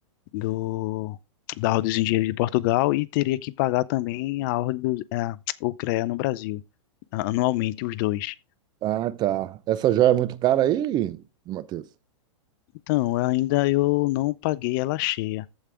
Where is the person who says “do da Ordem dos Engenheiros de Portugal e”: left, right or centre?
Left